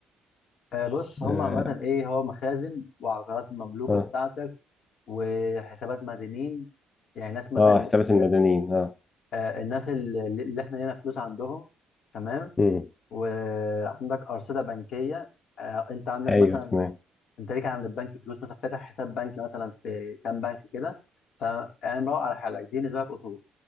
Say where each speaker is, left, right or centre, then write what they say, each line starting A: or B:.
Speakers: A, on the left; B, on the left.
A: آه بص هم
B: آه
A: عامه ايه هو مخازن وعقارات مملوكه
B: آه,
A: بتاعتك وحسابات مدينين يعني ناس مثلا
B: آه حسابات
A: آه
B: المدنيين آه
A: آه، الناس اللي, اللي احنا لينا فلوس عندهم تمام
B: مم.
A: وعندك ارصده بنكيه آه انت عندك
B: أيوه
A: مثلا
B: تمام
A: انت ليك عند البنك فلوس مثلا فاتح حساب بنكي مثلا في كام بنك كده فيعني مروق على حالك دي بالنسبه لك اصول